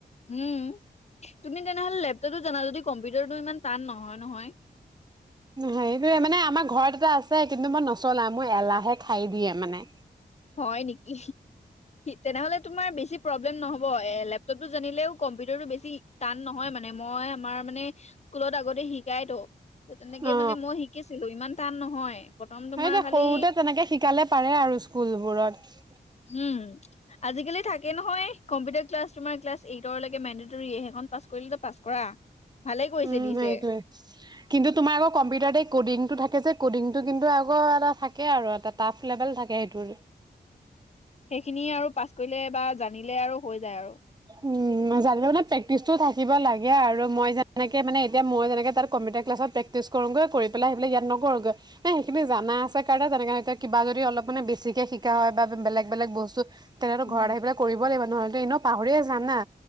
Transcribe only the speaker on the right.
হেইটোয়ে মানে আমাৰ ঘৰত আছে কিন্তু মই নচলা মোৰ এলাহে খাই দিয়ে মানে।
অ
হেইটে
সৰুতে তেনেকে শিকালে পাৰে আৰু স্কুলবোৰত
উম,
সেইটোয়ে কিন্তু তোমাৰ আকৌ কম্পিউটাৰতে ক'ডিং টো থাকে যে কডিংটো কিন্তু আকৌ এটা থাকে আৰু এটা টাফ লেভেল থাকে সেইটোৰ
উম, জানিলে মানে প্ৰেক্টিচটো থাকিব লাগে আৰু মই যেনেকে মানে এতিয়া মই যেনেকে তাত কম্পিউটাৰ ক্লাছত প্ৰেক্টিচ কৰোগৈ কৰি পেলাই আহি ইয়াত নকৰোগৈ সেইখিনি জনা আছে কাৰণে তেনে এতিয়া কিবা যদি অলপ মে বেছিকে শিকা হয় বা বেলেগ বেলেগ বস্তু তেনে ঘৰত
আহি পেলাই কৰিব লাগিব ন'হলে এনেও পাহৰিয়ে যাম না।